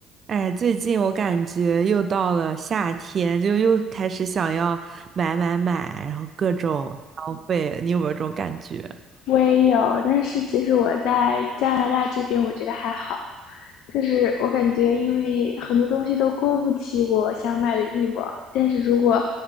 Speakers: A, on the right (about 40°); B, on the left (about 60°).
A: 哎，最近我感觉又到了夏天，就又开始想要买买买，然后各种消费，你有没有这种感觉？
B: 我也有，但是其实我在加拿大这边，我觉得还好，就是我感觉因为很多东西都勾不起我想买的欲望，但是如果